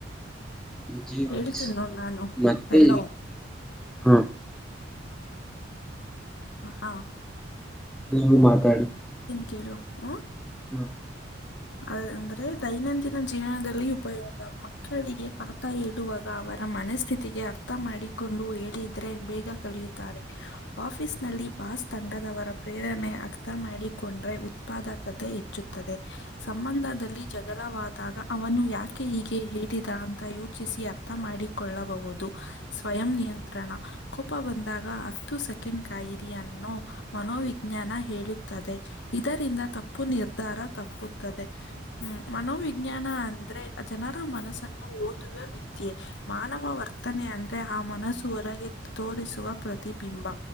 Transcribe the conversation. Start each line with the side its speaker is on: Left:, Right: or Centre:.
Centre: ಜಿೋಗಸ್
Left: ಹೇಳ್ತೀನಿ ನೋಡ್ ನಾನು
Centre: ಮತ್ತೆ
Left: ಹೆಲೋ
Centre: ಹಾ
Left: ಹ ಹಾ
Centre: ನೀವು ಮಾತಾಡಿ
Left: ಕಲೋ ಹಾಂ
Centre: ಹ್ಮ
Left: ಅ ಅಂದ್ರೆ ದೈನಂದಿನ ಜೀವನದಲ್ಲಿ ಉಪಯೋಗ ಮಕ್ಕಳಿಗೆ ಪಾಠ ಹೇಳುವಾಗ ಅವರ ಮನಸ್ಥಿತಿಗೆ ಅರ್ಥ ಮಾಡಿಕೊಂಡು ಹೇಳಿದ್ರೆ ಬೇಗ ಕಳಿಯುತ್ತಾರೆ ಆಫೀಸ್ ನಲ್ಲಿ ಬಾಸ್ ತಂಡದವರ ಪ್ರೇರಣೆ ಅರ್ಥ ಮಾಡಿಕೊಂಡ್ರೆ ಉತ್ಪಾದಕತೆ ಹೆಚ್ಚುತ್ತದೆ ಸಂಬಂಧದಲ್ಲಿ ಜಗಳವಾದಾಗ ಅವನು ಯಾಕೆ ಹೀಗೆ ಹೇಳಿದ ಅಂತ ಯೋಚಿಸಿ ಅರ್ಥ ಮಾಡಿಕೊಳ್ಳಬಹುದು ಸ್ವಯಂ ನಿಯಂತ್ರಣ ಕೋಪ ಬಂದಾಗ ಹತ್ತು ಸೆಕೆಂಡ್ ಕಾಯಿರಿಯನ್ನು ಮನೋವಿಜ್ಞಾನ ಹೇಳುತ್ತದೆ ಇದರಿಂದ ತಪ್ಪು ನಿರ್ಧಾರ ತಪ್ಪು ್ಮ ಮನೋವಿಜ್ಞಾನ ಅಂದ್ರೆ ಜನರ ಮನಸ್ಸನ್ನು ಓದುವ ವಿದ್ಯೆ ಮಾನವ ವರ್ತನೆ ಅಂದ್ರೆ ಆ ಮನಸ್ಸು ಹೊರಗೆ ತೋರಿಸುವ ಪ್ರತಿಬಿಂಬ